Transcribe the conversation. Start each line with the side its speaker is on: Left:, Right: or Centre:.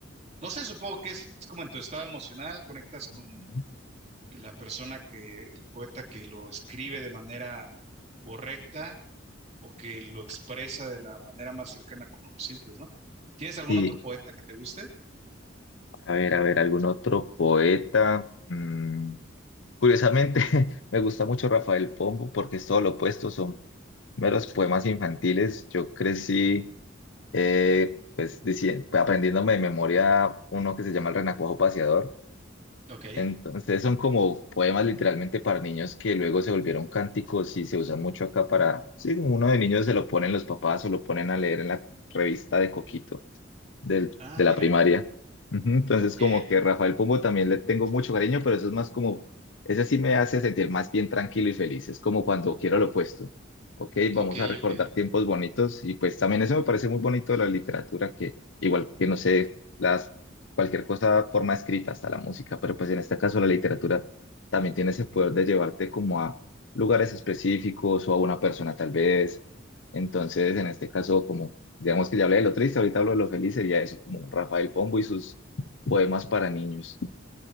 Right: no sé, supongo que es como en tu estado emocional, conectas con
Left: ujú.
Right: la persona que, el poeta que lo escribe de manera correcta o que lo expresa de la manera más cercana como lo sientes, ¿no? ¿Tienes algún
Left: Y
Right: otro poeta que te guste?
Left: a ver, a ver, algún otro poeta. Mm, curiosamente, <laughs> me gusta mucho Rafael Pombo porque es todo lo opuesto, son meros poemas infantiles. Yo crecí eh, pues dici- pues, aprendiéndome de memoria uno que se llama El Renacuajo Paseador.
Right: Ok.
Left: Entonces son como poemas literalmente para niños que luego se volvieron cánticos y se usan mucho acá para, sí, uno de niños se lo ponen los papás o lo ponen a leer en la revista de Coquito del-
Right: Ah,
Left: de
Right: mira.
Left: la primaria. Ujú, Entonces,
Right: Ok,
Left: como que Rafael Pombo también le tengo mucho cariño, pero eso es más como, ese sí me hace sentir más bien tranquilo y feliz. Es como cuando quiero lo opuesto. Ok, vamos
Right: ok,
Left: a recordar
Right: ok.
Left: tiempos bonitos y pues también eso me parece muy bonito de la literatura, que igual que no sé, las, cualquier cosa, forma escrita, hasta la música, pero pues en este caso la literatura también tiene ese poder de llevarte como a lugares específicos o a una persona tal vez. Entonces, en este caso, como Digamos que ya hablé de lo triste, ahorita hablo de lo feliz, sería eso, como Rafael Pombo y sus poemas para niños.